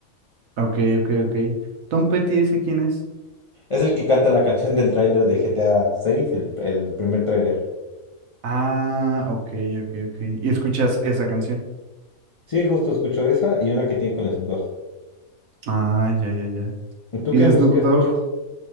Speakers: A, on the right; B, on the left.
A: Ok, ok, ok. Tom Petty, ¿ese quién es?
B: Es el que canta la canción del tráiler de GTA 6, el, el primer tráiler.
A: Ah, ok, ok, ok. ¿Y escuchas esa canción?
B: Sí, justo escucho esa y una que tiene con Snoop Dogg.
A: Ah, ya, ya, ya.
B: ¿Y tú
A: ¿Y
B: qué
A: de
B: música
A: Snoop
B: escuchas?
A: Dogg?